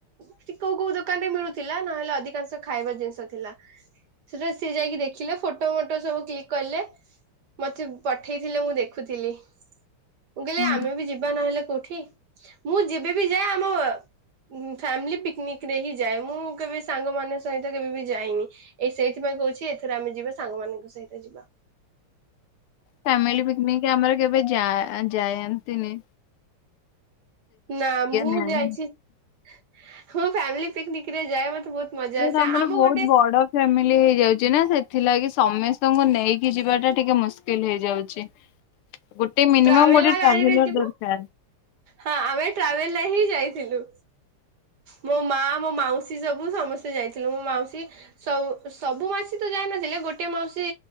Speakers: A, on the right (about 60°); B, on the left (about 80°).
A: ସେଠି କୋଉ କୋଉ ଦୋକାନ ରେ ମିଳୁଥିଲା। ନହେଲେ ଅଧିକାଂଶ ଖାଇବା ଜିନିଷ ଥିଲା। ସେଟାରେ ସିଏ ଯାଇକି ଦେଖିଲେ ଫୋଟୋ ମୋଟୋ ସବୁ କ୍ଲିକ୍ କଲେ। ମତେ ପଠେଇଥିଲେ ମୁଁ ଦେଖୁଥିଲି। ମୁଁ କହିଲି
B: ହୁଁ
A: ଆମେ ବି ଯିବା ନହେଲେ କୋଉଠି। ମୁଁ ଯେବେ ବି ଯାଏ ଆମ ଉଁ ଫ୍ୟାମିଲ୍ ପିକ୍ନିକ୍ ରେ ହିଁ ଯାଏ। ମୁଁ କେବେ ସାଙ୍ଗ ମାନେ ସହିତ କେବେ ବି ଯାଇନି। ଏ ସେଇଥିପାଇଁ କହୁଚି ଏଥର ଆମେ ଯିବା ସାଙ୍ଗମାନଙ୍କ ସହିତ ଯିବା।
B: ଫ୍ୟାମିଲ୍ ପିକ୍ନିକ୍ ଆମର କେବେ ଯାଆ ଯାୟାନ୍ତିନି।
A: ନା ମୁଁ
B: ନାହିଁ।
A: ଯାଇଛି। ମୁଁ ଫ୍ୟାମିଲ୍ ପିକ୍ନିକ୍ ରେ ଯାଏ ମତେ ବହୁତ ମଜା
B: ଏଟା
A: ଆସେ।
B: ଆମର
A: ଆମ
B: ବହୁତ
A: ଗୋଟେ
B: ବଡ ଫ୍ୟାମିଲି ହେଇଯାଉଚି ନା ସେଥିଲାଗି ସମେସ୍ତଙ୍କୁ ନେଇକି ଯିବା ଟା ଟିକେ ମୁସ୍କିଲ୍ ହେଇଯାଉଚି। ଗୋଟେ ମିନିମମ୍
A: ଟ୍ରାଭେଲା
B: ଗୋଟେ ଟ୍ରାଭେଲର୍
A: ଗାଡିରେ ଯିବୁ
B: ଦରକାର।
A: ହଁ ଆମେ ଟ୍ରାଭେଲରେ ହିଁ ଯାଇଥିଲୁ। ମୋ ମା ମୋ ମାଉସୀ ସବୁ ସମସ୍ତେ ଯାଇଥିଲୁ ମୋ ମାଉସୀ ସବୁ ସବୁ ମାଉସୀ ତ ଯାାଇନଥିଲେ ଗୋଟେଏ ମାଉସୀ